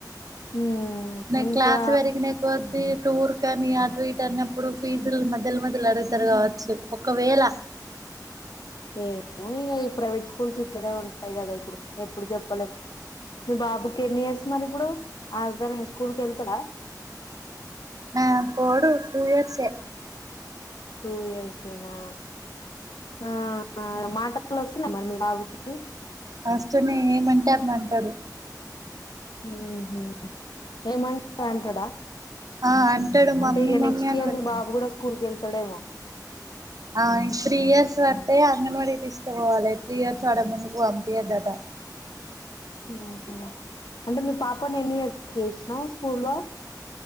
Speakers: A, on the left; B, on the right.
A: ఉమ్
B: ఈమె
A: ఇంకా
B: క్లాస్ పెరిగిన కొద్ది టూర్ కాని అటు ఇటు అన్నప్పుడు ఫీజులు మధ్యల మధ్యల అడుగుతారు గావచ్చు ఒకవేళ
A: <inaudible> ఏమో ఇగ ఈ ప్రైవేట్ స్కూల్స్ ఇట్లానే ఉంటాయి కదా ఇప్పుడు ఎప్పుడు చెప్పలేం మీ బాబుకి ఎన్ని ఇయర్స్ మరి ఇప్పుడు అదన్ని స్కూలుకెళ్తాడా
B: ఆ పోడు టూ ఇయర్సే
A: టూ ఇయర్సెనా ఆ అ మాట లు ఒస్తున్నయ మరి మీ బాబుకి
B: అస్తున్నయ్ ఏమంటే అది అంటాడు
A: ఉహూ ఏమంటే అది అంటాడా
B: ఆ అంటాడు మమ్మీ
A: అంటే ఇగ
B: మమ్మీ
A: నెక్స్ట్
B: అని
A: ఇయర్
B: పిలుస్తా
A: మీ బాబు కూడా స్కూల్ కెల్ పోడేమో
B: ఆ త్రీ ఇయర్స్ వడితే అంగన వాడి తీసుకుపోవాలి త్రీ ఇయర్స్ వడక ముందు పంపియాదట
A: ఉహు అంటే మీ పాపని ఎన్ ఇయర్స్ ఎషినవ్ స్కూలో